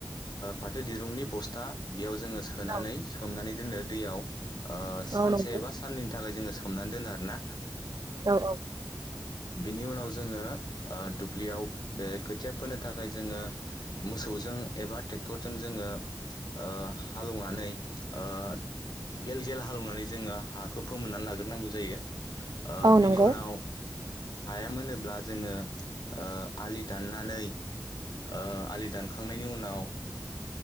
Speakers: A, on the left; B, on the right.
A: फाथो दिरुंनि बस्था बेयाव जोङो सोनानै
B: औ
A: सोमनानै दोनो दैयाव ओ सानसे
B: औ नंगौ
A: एबा साननैनि थाखाय जोङो सोम हमनानै दोनो आरोना।
B: औ औ
A: बिनि उनाव जोङो दुब्लियाव बे खोथिया फोनो थाखाय जोङो मोसौजों एबा ट्रेक्टरजों जोङो ओ हालौवनानै ओ गेल गेल हालेवनानै जोङो हाखौ फोमोननानै लाग्रोनांगौ जायो ओ
B: औ
A: बिनि
B: नंगौ
A: उनाव हायामोनोब्ला जोङो ओ आलि दाननानै ओ आलि दानखांनायनि उनाव ओ